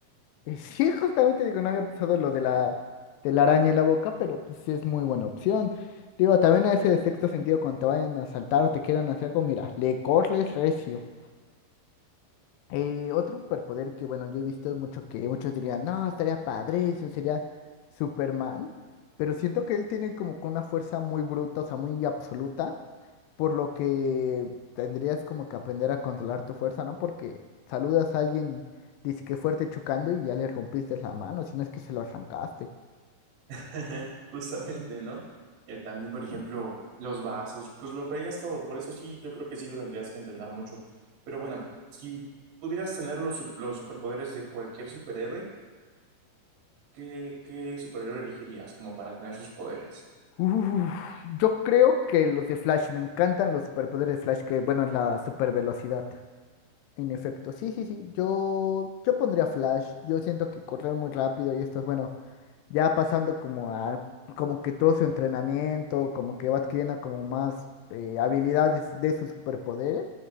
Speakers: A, on the left; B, on the right.
A: <laughs> Y Sí, justamente digo, no había pensado lo de la telaraña en la boca, pero pues sí es muy buena opción. Digo, también ese de sexto sentido cuando te vayan a saltar o te quieran hacer algo, mira, le corres recio. Eh, otro superpoder que, bueno, yo he visto mucho que muchos dirían, no, estaría padrísimo, sería Superman, pero siento que él tiene como que una fuerza muy bruta, o sea, muy absoluta, por lo que tendrías como que aprender a controlar tu fuerza, ¿no? Porque saludas a alguien, dice que fuerte chocando y ya le rompiste la mano, si no es que se lo arrancaste.
B: <laughs> Justamente, ¿no? Eh, también, por ejemplo, los vasos, pues lo veías todo, por eso sí, yo creo que sí lo tendrías que entrenar mucho. Pero bueno, si pudieras tener los, su- los superpoderes de cualquier superhéroe, ¿Qué, qué superhéroe elegirías como para tener sus poderes?
A: Uf, yo creo que los de Flash, me encantan los superpoderes de Flash, que bueno, es la supervelocidad. En efecto, sí, sí, sí, yo, yo pondría Flash, yo siento que correr muy rápido y esto es bueno. ya pasando como a, como que todo su entrenamiento, como que va adquiriendo como más eh, habilidades de sus superpoderes,